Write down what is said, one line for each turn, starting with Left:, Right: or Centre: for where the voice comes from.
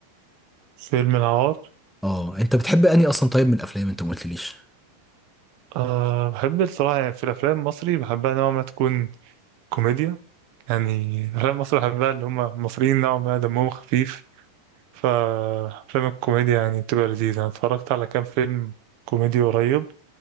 Right: فيلم العار
Centre: اه انت بتحب انهي اصلا طيب من الافلام انت ما قلتليش
Right: أه بحب الصراحة يعني في الأفلام المصري بحبها نوع ما تكون كوميديا يعني أفلام مصر بحبها اللي هم المصريين نوعا ما دمهم خفيف فأفلام الكوميديا يعني بتبقى لذيذة أنا اتفرجت على كام فيلم كوميدي قريب